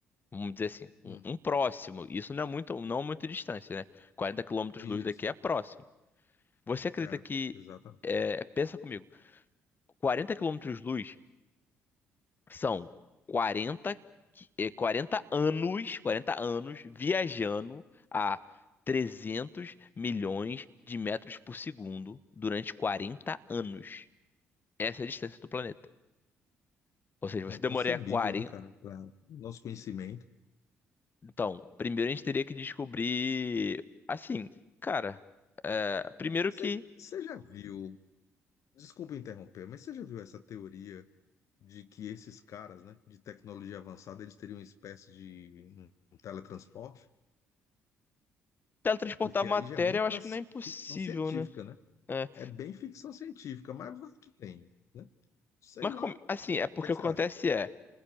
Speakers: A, on the left; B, on the left.
A: Vamos dizer assim, um,
B: Hum,
A: um próximo. Isso não é muito, não é muito distância, né? 40 quilômetros
B: isso.
A: luz daqui é próximo. Você acredita
B: É,
A: que.
B: exatamente.
A: é, pensa comigo. 40 quilômetros de luz são 40, qui- eh, 40 anos, 40 anos viajando a 300 milhões de metros por segundo durante 40 anos. Essa é a distância do planeta. Ou seja, você
B: É inconcebível,
A: demoraria quarenta.
B: né, cara? Para nosso conhecimento.
A: Então, primeiro a gente teria que descobrir. Assim, cara, eh, primeiro
B: Você
A: que
B: já viu? Desculpa interromper, mas você já viu essa teoria? de que esses caras, né, de tecnologia avançada, eles teriam uma espécie de um teletransporte,
A: teletransportar
B: porque
A: matéria
B: aí já é muita
A: eu acho que não é impossível,
B: ficção científica,
A: né?
B: né?
A: É,
B: É bem ficção científica, mas vai que tem, né? Sei
A: mas
B: lá,
A: como-
B: o
A: assim, é porque
B: que é que
A: o
B: você
A: que acontece
B: acha?
A: é.